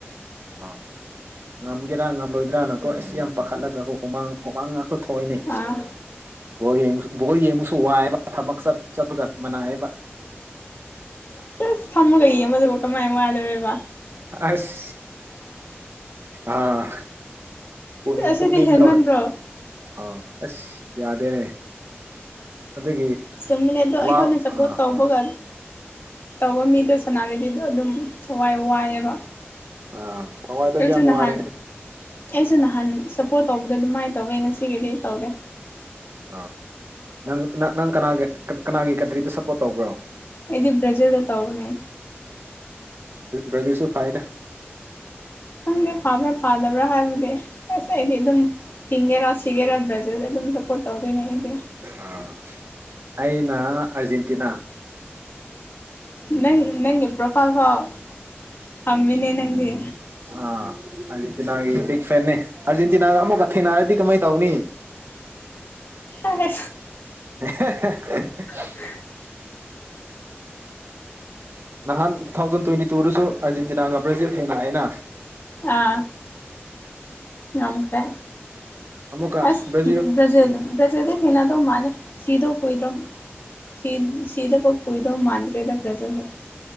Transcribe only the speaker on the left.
ꯑꯥ
ꯑꯁ ꯐꯝꯃꯒ ꯌꯦꯡꯕꯗꯨꯕ ꯀꯃꯥꯏꯅ ꯋꯥꯗꯧꯔꯤꯕ꯫
ꯑꯁꯤꯗꯤ
ꯍꯦꯟꯃꯟꯗ꯭ꯔꯣ
ꯆꯨꯝꯃꯤꯅꯦꯗꯣ ꯑꯩꯈꯣꯏꯅ
ꯁꯄꯣꯔꯠ
ꯇꯧꯕꯒ ꯇꯧꯕ ꯃꯤꯗꯣ ꯁꯅꯥꯕꯤꯗꯤꯗꯣ ꯑꯗꯨꯝ ꯊꯋꯥꯏ ꯋꯥꯏꯑꯦꯕ
ꯑꯩꯁꯨ
ꯅꯍꯥꯟ
ꯑꯩꯁꯨ ꯅꯍꯥꯟ ꯁꯞꯄꯣꯔꯠ ꯇꯧꯕꯗ ꯑꯗꯨꯃꯥꯏꯅ ꯇꯧꯋꯦ ꯉꯁꯤꯒꯤꯗꯤ ꯇꯧꯔꯦ
ꯑꯩꯗꯤ ꯕ꯭ꯔꯥꯖꯤꯜꯗ ꯇꯧꯕꯅꯦ
ꯈꯪꯗꯦ ꯐꯕ꯭ꯔꯥ ꯐꯥꯗꯕ꯭ꯔꯥ ꯍꯥꯏꯕꯗꯤ ꯑꯁ ꯑꯩꯗꯤ ꯑꯗꯨꯝ ꯍꯤꯡꯒꯦꯔꯥ ꯁꯤꯒꯦꯔ ꯕ꯭ꯔꯖꯤꯜꯗ ꯑꯗꯨꯝ ꯁꯞꯄꯣꯔꯠ ꯇꯧꯗꯣꯏꯅꯦ ꯑꯩꯗꯤ
ꯅꯪ ꯅꯪꯒꯤ ꯄ꯭ꯔꯣꯐꯥꯏꯜ ꯐꯥꯎ ꯊꯝꯃꯤꯅꯦ ꯅꯪꯒꯤ
ꯑ
<unintelligible>
ꯑꯥ ꯉꯝꯈꯔꯦ
ꯑꯁ
꯭ꯔꯖꯤ
꯭ꯔꯖꯤꯜ ꯊꯅꯥꯗ ꯃꯅ ꯁꯤꯗꯣꯣꯏꯗ ꯁꯤ ꯁꯤꯗ ꯄꯄꯨꯣꯏꯗꯧ ꯃꯥꯟꯗ꯭ꯔꯦꯗ ꯄ꯭ꯔꯖꯕ